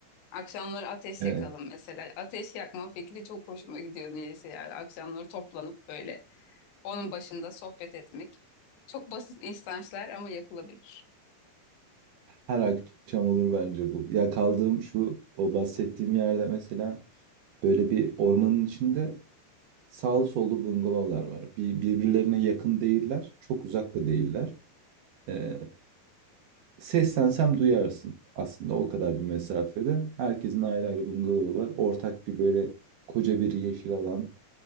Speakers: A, on the left; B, on the right.
A: Akşamları ateş
B: Evet.
A: yakalım mesela. Ateş yakma fikri çok hoşuma gidiyor niyeyse yani. Akşamları toplanıp böyle onun başında sohbet etmek. Çok basit instançlar ama yapılabilir.
B: Her akşam olur bence bu. Ya kaldığım şu o bahsettiğim yerde mesela böyle bir ormanın içinde Sağlı sollu bungalovlar var. Bir, birbirlerine yakın değiller, çok uzak da değiller. Ee, seslensem duyarsın aslında o kadar bir mesafede. Herkesin ayrı ayrı bungalovu var. Ortak bir böyle koca bir yeşil alan.